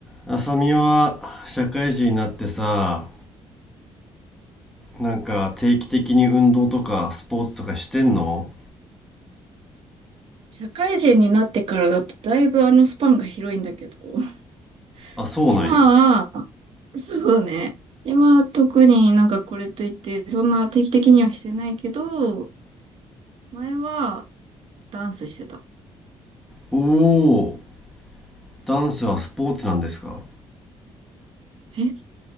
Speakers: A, in the centre; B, on the right.
A: 浅見は社会人になってさ、なんか定期的に運動とかスポーツとかしてんの
B: 社会人になってからだとだいぶあのスパンが広いんだけど、<laughs>
A: あ、そうなんや。
B: 今は、そうね。今は特になんかこれといって、そんな定期的にはしてないけど、前はダンスしてた。
A: おお、ダンスはスポーツなんですか
B: え